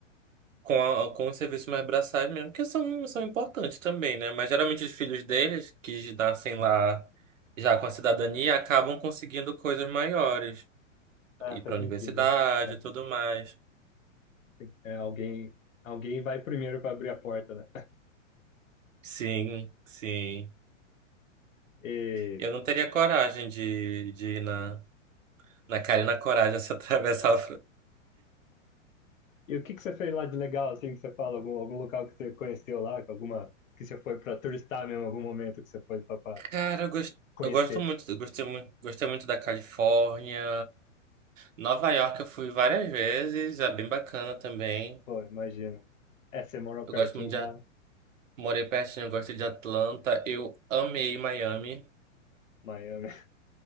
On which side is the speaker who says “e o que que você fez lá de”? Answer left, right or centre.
Left